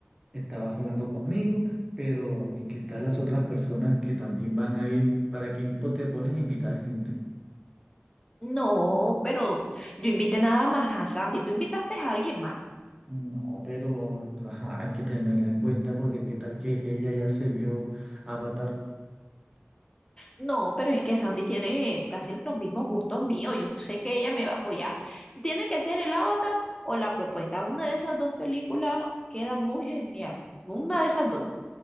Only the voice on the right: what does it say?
estabas hablando conmigo, pero ¿y qué tal las otras personas que también van a ir? ¿Para quién po- te pones a invitar gente?
No, pero ajá, hay que tenerla en cuenta porque qué tal que ella ya se vio Avatar.